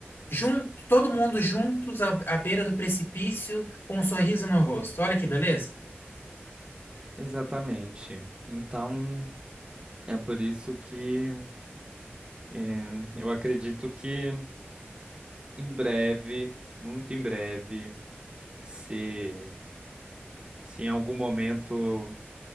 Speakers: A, on the left; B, on the right.
A: junto, todo mundo juntos à, à beira do precipício com um sorriso no rosto. Olha que beleza.
B: exatamente. Então, é por isso que É, eu acredito que em breve, muito em breve, se, se em algum momento